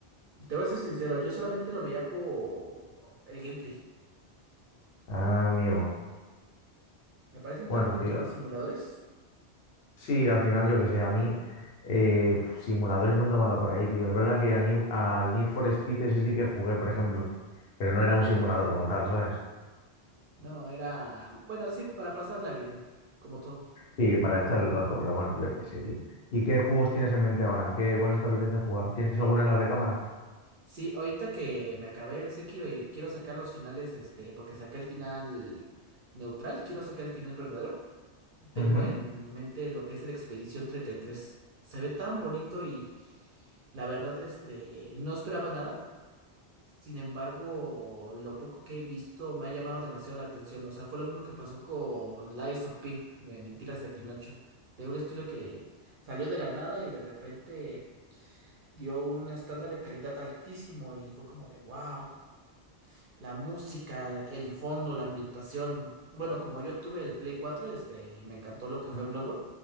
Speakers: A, on the right (about 55°); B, on the left (about 65°).
A: te voy a ser sincero, yo solamente lo veía por el gameplay.
B: Ah, amigo.
A: Me parecen
B: Bueno,
A: tan bonitos
B: tío,
A: los simuladores.
B: Sí, al final, yo que sé, a mí eh, simuladores nunca me ha dado por ahí, tío. Es verdad que al, New- al Need for Speed ese sí que jugué, por ejemplo, pero no era un simulador como tal, ¿sabes?
A: No, era, bueno, sí, para pasarla bien, como todo.
B: Sí, para echar el rato, pero bueno, yo qué sé, tío. ¿Y qué juegos tienes en mente ahora? ¿Qué, cuáles te apetecen jugar? ¿Tienes alguna en la recámara?
A: Sí, ahorita que me acabé el Sekiro y quiero sacar los finales, este, porque saqué el final neutral, quiero sacar el final verdadero. Tengo
B: Ujú.
A: en mente lo que es el Expedición treinta y tres Se ve tan bonito y la verdad, este, no esperaba nada. Sin embargo, lo poco que he visto me ha llamado demasiado la atención. O sea, fue lo mismo que pasó con Lies of P, de Mentiras de Pinocho, de un estudio que salió de la nada y de repente dio un estándar de calidad altísimo y fue como de wow. La música, el fondo, la ambientación. Bueno, como yo tuve el Play 4 este, y me encantó lo que fue
B: Mm,
A: Bloodborne,